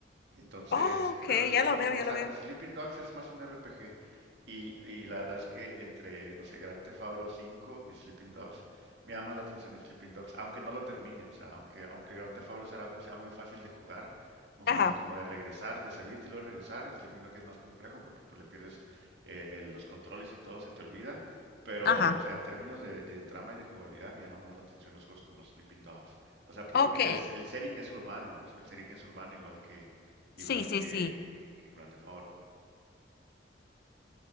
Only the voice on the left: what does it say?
Oh, ok,
ya lo veo,
ya
lo veo.
Ajá.
Ajá.
Ok.
Sí, sí,
sí.